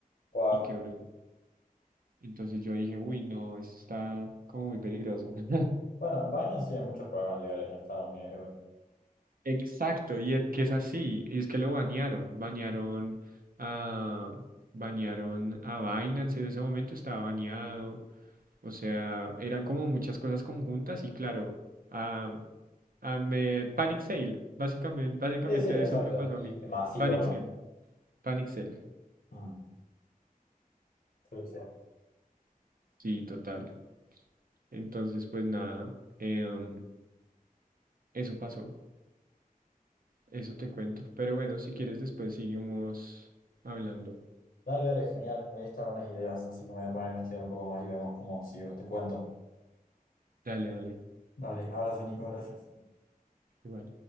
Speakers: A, on the left; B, on the right.
A: Wow.
B: y quebró. Entonces yo dije, uy, no, esto está como muy peligroso. <laughs>
A: Bueno, Binance tiene muchos problemas legales en Estados Unidos igual.
B: Exacto, y es que es así, y es que lo banearon, banearon a, banearon a Binance en ese momento, estaba baneado, o sea, eran como muchas cosas conjuntas y claro, a, a me Panic Sale, básicamente, básicamente
A: Sí, sí, exacto.
B: eso me pasó
A: Y
B: a mí,
A: masivo,
B: Panic
A: ¿no?
B: Sale, Panic Sale,
A: Mm. Sí, sí.
B: sí, total. Entonces, pues nada, em, eso pasó, eso te cuento, pero bueno, si quieres después seguimos hablando,
A: Dale, dale, genial. Me diste algunas ideas, así que me voy a poner a investigar un poco más y vemos cómo sigo. Te cuento.
B: dale, dale,
A: Dale, abrazo, Nico, gracias.
B: igual.